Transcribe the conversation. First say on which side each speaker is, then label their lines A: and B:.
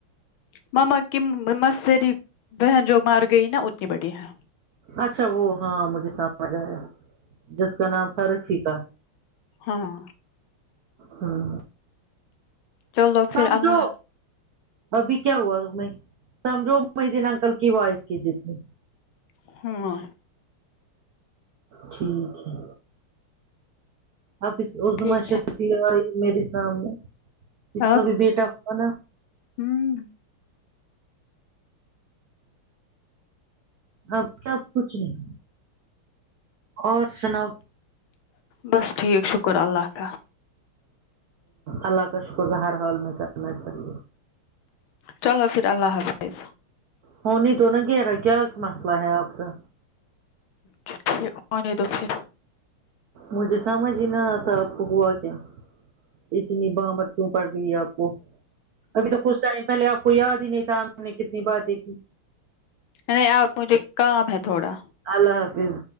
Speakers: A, on the left (about 70°); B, on the right (about 55°).
A: ماما کی ماما ساری بہن جو مر گئی ہے نا اتنی بڑی ہے
B: اچھا وہ ہاں مجھے سمجھ آیا جس کا نام فر ٹھیکا
A: ہاں
B: ہاں
A: چلو
B: سمجھو
A: پھر اللہ
B: ابھی کیا ہوا انہیں سمجھو میں دن انکل کی وائف کی جتنی
A: ہوں ا
B: ٹھیک ہے اب اس عظمی
A: ٹھیک
B: شرفی
A: ہے
B: آئی میرے سامنے اس کا
A: آپ
B: بھی بیٹا ہو نا
A: ہوں
B: اب کیا کچھ نہیں اور سناؤ
A: بس ٹھیک شکر اللہ کا
B: اللہ کا شکر ہر حال میں کرنا چاہیے
A: چلو پھر اللہ حافظ
B: ہونے دو نا گیرا کیا مسئلہ ہے اپ کا
A: ٹھیک انے دو پھر
B: مجھے سمجھ ہی نہ آتا آپ کو ہوا کیا اتنے بامر کیوں پڑ رہی ہے اپ کو ابھی تو کچھ ٹائم پہلے آپ کو یاد ہی نہیں تھا ہم نے کتنی بار دیکھی
A: ہے اپ مجھے کام ہے تھوڑا
B: اللہ حافظ